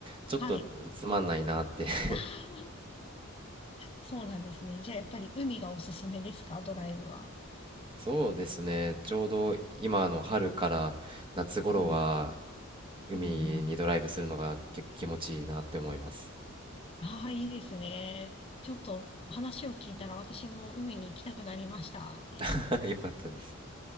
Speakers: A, on the right (about 25°); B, on the left (about 25°).
A: ちょっとつまんないなって
B: はい。
A: <laughs>
B: <laughs> あーそうなんですね。じゃあやっぱり海がおすすめですか、ドライブは。
A: そうですねちょうど今の春から夏頃は
B: うん。
A: 海にドライブするのが結構気持ちいいなって思います
B: うんうん。ああ、いいですね。ちょっと話を聞いたら私も海に行きたくなりました。
A: <laughs> よかったです